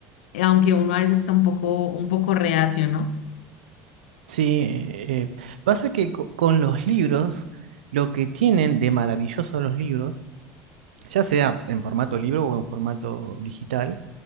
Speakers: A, on the left; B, on the right.
A: aunque uno a veces está un poco, un poco reacio, ¿no?
B: sí, eh, eh, pasa que co- con los libros, lo que tienen de maravilloso los libros ya sea en formato libro o en formato digital,